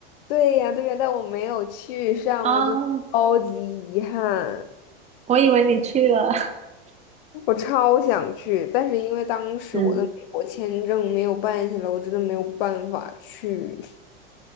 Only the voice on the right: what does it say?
啊，
我以为你去了，
<laughs> 嗯